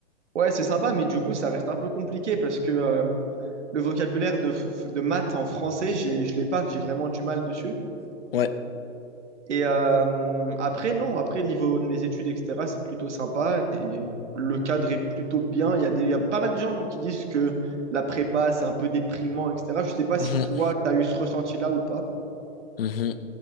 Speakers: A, on the right; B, on the left.
A: Ouais, c'est sympa, mais du coup, ça reste un peu compliqué parce que euh, le vocabulaire de, f- de maths en français, j'ai, je l'ai pas. J'ai vraiment du mal dessus.
B: Ouais.
A: Et euh, après, non, après, niveau de mes études, etc., c'est plutôt sympa. Et le cadre est plutôt bien. Il y a des, il y a pas mal de gens qui disent que la prépa, c'est un peu déprimant, etc. Je sais pas
B: Mhm.
A: si toi, tu as eu ce ressenti-là ou pas.
B: Mhm.